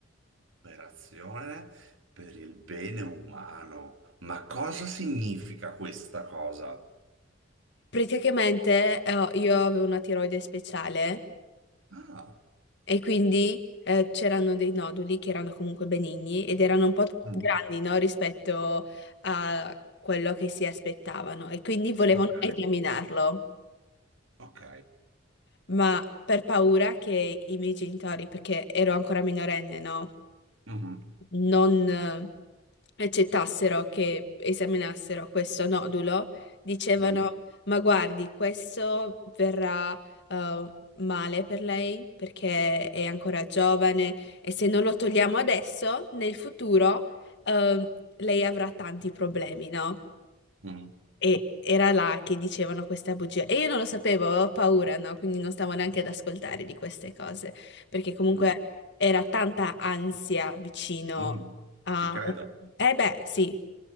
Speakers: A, on the right; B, on the left.
A: Operazione per il bene umano. Ma cosa significa questa cosa?
B: Praticamente eh, ho- io avevo una tiroide speciale
A: Ah,
B: e quindi eh, c'erano dei noduli che erano comunque benigni ed erano un po'
A: mm,
B: grandi, no, rispetto a quello che si aspettavano e quindi volevano
A: ok,
B: eliminarlo.
A: ok.
B: ma per paura che i miei genitori, perché ero ancora minorenne, no?
A: Mhm,
B: non eh, accettassero che esaminassero questo nodulo, dicevano:
A: mhm,
B: Ma guardi, questo verrà eh, male per lei perché è ancora giovane e se non lo togliamo adesso, nel futuro eh, lei avrà tanti problemi, no?
A: mhm,
B: E era là che dicevano questa bugia. E io non lo sapevo, avevo paura, no? Quindi non stavo neanche ad ascoltare di queste cose, perché comunque
A: mhm,
B: era tanta ansia vicino
A: mhm.
B: a...
A: Ci credo.
B: Eh beh, sì.